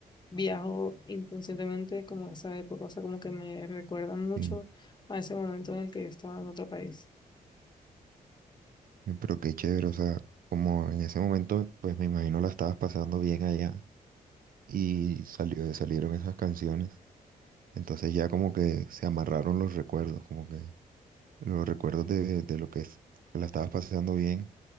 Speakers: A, on the left (about 30°); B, on the right (about 65°).
A: viajo inconscientemente como a esa época, o sea, como que me recuerda mucho
B: Sí.
A: a ese momento en el que yo estaba en otro país.
B: Eh, Pero qué chévere, o sea, como en ese momento, pues me imagino la estabas pasando bien allá y salió, salieron esas canciones. Entonces ya como que se amarraron los recuerdos, como que Los recuerdos de, de lo que, es- que la estabas pasando bien